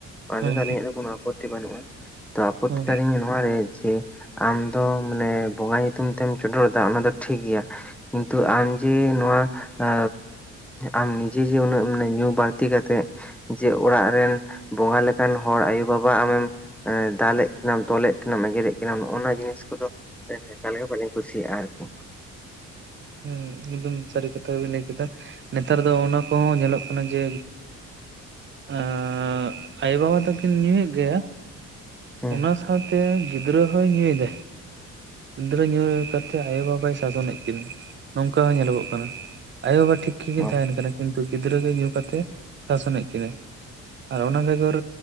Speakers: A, in the centre; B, on the right (about 40°).
A: ᱚᱱᱟ
B: ᱦᱩᱸ
A: ᱛᱮᱫᱚ ᱟᱹᱞᱤᱧᱟᱜ ᱫᱚ ᱠᱳᱱᱳ ᱟᱯᱚᱛᱛᱤ ᱵᱟᱹᱱᱩᱜᱼᱟ ᱛᱚ ᱟᱯᱚᱛᱛᱤ
B: ᱦᱩᱸ
A: ᱛᱟᱞᱤᱧ ᱱᱚᱣᱟᱨᱮ ᱡᱮ, ᱟᱢᱫᱚ ᱢᱟᱱᱮ ᱵᱚᱸᱜᱟ ᱧᱩᱛᱩᱢ ᱛᱮᱢ ᱪᱚᱰᱚᱨᱮᱫᱟ ᱚᱱᱟᱫᱚ ᱴᱷᱤᱠᱜᱮᱭᱟ, ᱠᱤᱱᱛᱩ ᱟᱢ ᱡᱮ ᱱᱚᱣᱟ ᱟ ᱟᱢ ᱱᱤᱡᱮ ᱡᱮ ᱩᱱᱟᱹᱜ ᱢᱟᱱᱮ ᱧᱩ ᱵᱟᱹᱲᱛᱤ ᱠᱟᱛᱮᱫ ᱡᱮ ᱚᱲᱟᱜ ᱨᱮᱱ ᱵᱚᱸᱜᱟ ᱞᱮᱠᱟᱱ ᱦᱚᱲ ᱟᱭᱳ ᱵᱟᱵᱟ ᱟᱢᱮᱢ ᱫᱟᱞᱮᱫ ᱠᱤᱱᱟᱢ, ᱛᱚᱞᱮᱫ ᱠᱤᱱᱟᱢ, ᱮᱜᱮᱨᱮᱫ ᱠᱤᱱᱟ, ᱱᱚᱜᱼ ᱱᱚᱣᱟ ᱡᱤᱱᱤᱥ ᱠᱚᱫᱚ ᱮᱠᱟᱞ ᱜᱮ ᱵᱟᱞᱤᱧ ᱠᱩᱥᱤᱭᱼᱟ ᱟᱨᱠᱤ,
B: ᱦᱮᱸ ᱮᱠᱫᱚᱢ ᱥᱟᱹᱨᱤ ᱠᱟᱛᱷᱟ ᱜᱮᱵᱤᱱ ᱞᱟᱹᱭ ᱠᱮᱫᱟ᱾ ᱱᱮᱛᱟᱨ ᱫᱚ ᱚᱱᱟ ᱠᱚᱦᱚᱸ ᱧᱮᱞᱚᱜ ᱠᱟᱱᱟ ᱡᱮ ᱟᱻ ᱟᱭᱳ ᱵᱟᱵᱟ ᱛᱟ ᱠᱤᱱ ᱧᱩᱭᱮᱫ ᱜᱮᱭᱟ,
A: ᱦᱩᱸ
B: ᱚᱱᱟ ᱥᱟᱶᱛᱮ ᱜᱤᱫᱽᱨᱟᱹ ᱦᱚᱭ ᱧᱩᱭᱮᱫᱟᱭ, ᱜᱤᱫᱽᱨᱟᱹ ᱧᱩ ᱠᱟᱛᱮᱫ ᱟᱭᱳᱼ ᱵᱟᱵᱟᱭ ᱥᱟᱥᱚᱱᱮᱫ ᱠᱤᱱᱟᱹ, ᱱᱚᱝᱠᱟ ᱦᱚᱸ ᱧᱮᱞᱚᱜᱚᱜ ᱠᱟᱱᱟ ᱟᱭᱳ ᱵᱟᱵᱟ, ᱴᱷᱤᱠ ᱜᱮᱠᱤᱱ
A: ᱦᱳᱭ
B: ᱛᱟᱦᱮᱱ ᱠᱟᱱᱟ, ᱠᱤᱱᱛᱩ ᱜᱤᱫᱽᱨᱟᱹ ᱜᱮ ᱧᱩ ᱠᱟᱛᱮᱫ ᱥᱟᱥᱚᱱ ᱮᱫ ᱠᱤᱱᱟᱹ᱾ ᱟᱨ ᱚᱱᱟ ᱵᱮᱜᱚᱨ